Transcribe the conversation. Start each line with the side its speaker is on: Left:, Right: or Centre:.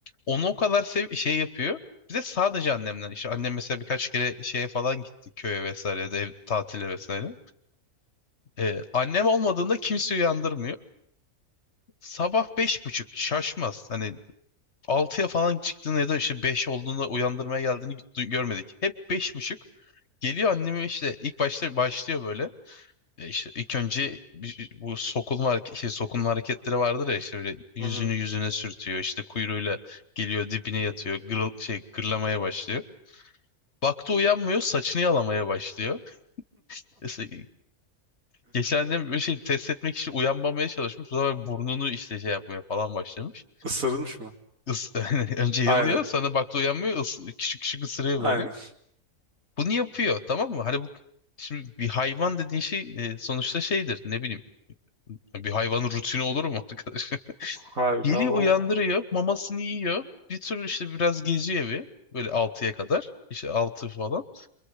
Left: Onu o kadar sev şey yapıyor. Bir de sadece annemden işte annem mesela birkaç kere şeye falan gitti köye vesaire ya da ev, tatile vesaire. Ee, annem olmadığında kimse uyandırmıyor. Sabah beş buçuk şaşmaz. Hani altıya falan çıktığını ya da işte 5 olduğunda uyandırmaya geldiğini du- görmedik. Hep beş buçuk. Geliyor annemi işte ilk başta başlıyor böyle. E işte ilk önce bir- bu sokulma, hareke- şey, sokulma hareketleri vardır ya işte böyle yüzünü
Right: Hı hı.
Left: yüzüne sürtüyor. işte kuyruğuyla geliyor dibine yatıyor. Gırıl, şey, gırlamaya başlıyor. Baktı uyanmıyor saçını yalamaya başlıyor. İşte geçen de bir şey test etmek için uyanmamaya çalışmış. O zaman burnunu işte şey yapmaya falan başlamış.
Right: <laughs> Isırılmış mı?
Left: Is <laughs> önce
Right: Aynen.
Left: yalıyor sonra baktı uyanmıyor ıs küçük küçük ısırıyor
Right: Aynen.
Left: böyle. Bunu yapıyor tamam mı? Hani bu şimdi bir hayvan dediğin şey e, sonuçta şeydir ne bileyim bir hayvanın rutini olur mu arkadaş?
Right: Harbiden
Left: <laughs> Geliyor
Right: o.
Left: uyandırıyor mamasını yiyor bir tür işte biraz geziyor evi böyle altıya kadar işte 6 falan.